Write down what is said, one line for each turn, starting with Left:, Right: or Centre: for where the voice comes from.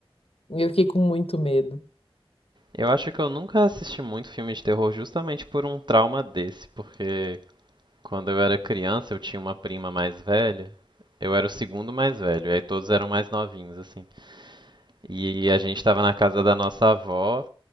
Left: eu fiquei com muito medo.
Right: Eu acho que eu nunca assisti muito filme de terror justamente por um trauma desse, porque quando eu era criança eu tinha uma prima mais velha, eu era o segundo mais velho, e aí todos eram mais novinhos, assim. E a gente estava na casa da nossa avó,